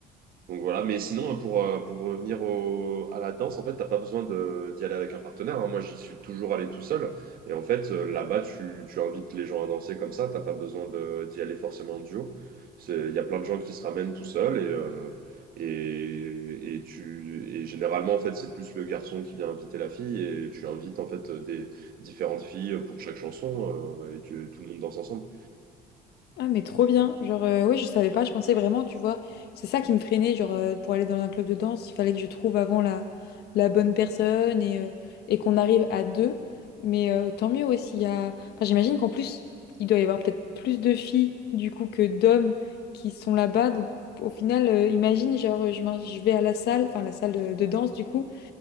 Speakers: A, on the right (about 60°); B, on the left (about 75°).
A: donc voilà, mais sinon, euh, pour, euh, pour revenir au- à la danse, en fait, t'as pas besoin de- d'y aller avec un partenaire. hein. Moi, j'y suis toujours allé tout seul. Et en fait, euh, là-bas, tu, tu invites les gens à danser comme ça. T'as pas besoin de- d'y aller forcément en duo. C'est- Il y a plein de gens qui se ramènent tout seuls. Et, euh, et, et, tu, et généralement, en fait, c'est plus le garçon qui vient inviter la fille. Et tu invites, en fait, des différentes filles pour chaque chanson. euh, et tu- tout le monde danse ensemble.
B: Ah mais trop bien. Genre euh, ouais, je savais pas, je pensais vraiment, tu vois, c'est ça qui me freinait genre euh, pour aller dans un club de danse, il fallait que je trouve avant la la bonne personne et euh, et qu'on arrive à deux. Mais euh, tant mieux ouais, s'il y a enfin j'imagine qu'en plus, il doit y avoir peut-être plus de filles du coup que d'hommes qui sont là-bas donc au final euh, imagine genre je m'in- je vais à la salle, enfin la salle de, de danse du coup